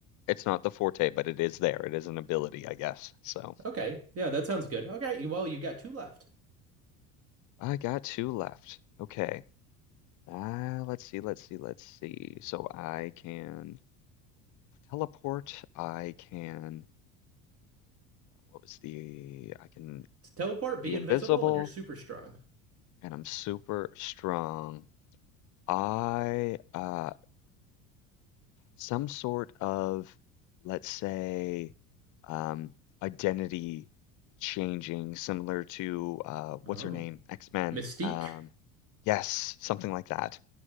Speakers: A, on the left; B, on the right.
A: It's not the forte, but it is there. It is an ability, I guess. So
B: Okay, yeah, that sounds good. Okay, you- well, you got two left.
A: I got two left. Okay. Uh, let's see, let's see, let's see. So I can teleport. I can, what was the, I can
B: To teleport, be
A: be
B: invisible,
A: invisible,
B: and you're super strong.
A: and I'm super strong. I uh, some sort of, let's say, um, identity changing, similar to uh,
B: Oh.
A: what's her name, X-Men.
B: Mystique?
A: Um, yes, something like that.